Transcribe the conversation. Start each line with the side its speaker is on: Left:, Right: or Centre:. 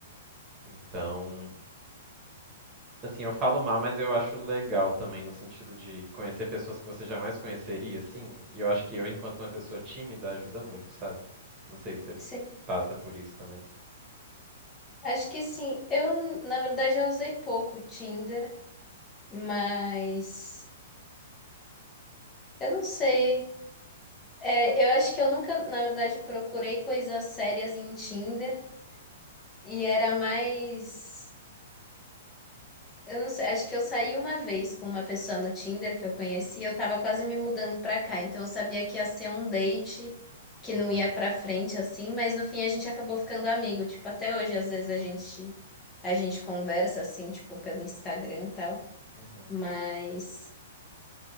Right: Então, assim, eu falo mal, mas eu acho legal também no sentido de conhecer pessoas que você jamais conheceria, assim. E eu acho que eu, enquanto uma pessoa tímida, ajuda muito, sabe? Não sei se você
Left: sim.
Right: passa por isso também.
Left: Acho que sim. Eu, na verdade, eu usei pouco o Tinder, mas eu não sei. É, eu acho que eu nunca, na verdade, procurei coisas sérias em Tinder e era mais. Eu não sei, acho que eu saí uma vez com uma pessoa no Tinder que eu conheci eu tava quase me mudando pra cá, então eu sabia que ia ser um date que não
Right: Uhum.
Left: ia pra frente assim, mas no fim a gente acabou ficando amigo, tipo, até hoje às vezes a gente a gente conversa assim, tipo, pelo Instagram e tal,
Right: Uhum.
Left: mas